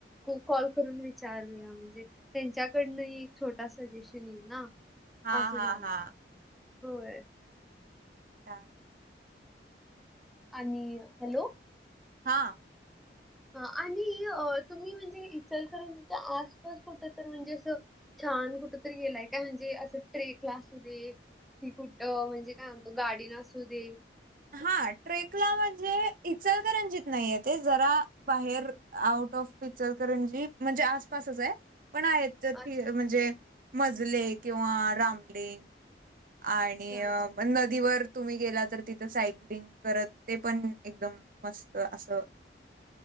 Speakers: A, in the centre; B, on the right.
A: की कॉल करून विचारूया म्हणजे त्यांच्याकडनही एक छोटा सजेशन येईल ना
B: हा
A: असं
B: हा
A: झालं
B: हा.
A: होय.
B: <inaudible>
A: आणि हॅलो
B: हा.
A: हा आणि तुम्ही म्हणजे इचलकरंजीच्या आसपास कुठ तर म्हणजे असं छान कुठ तरी गेलाय का म्हणजे असं ट्रेकला असं तेन? की कुठं म्हणजे काय म्हणतो गाडीन असू दे
B: हा ट्रेकला म्हणजे इचलकरंजीत नाहीय ते, जरा बाहेर आऊट ऑफ ईचलकरंजी म्हणजे आसपासच आहे, पण आहेत. जर ते
A: अच्छा
B: म्हणजे मजले किंवा रामलिंग आणि
A: अच्छा अच्छा
B: म न दीवर तुम्ही गेला तर तिथं सायकलिंग करत ते पण एकदम मस्त असं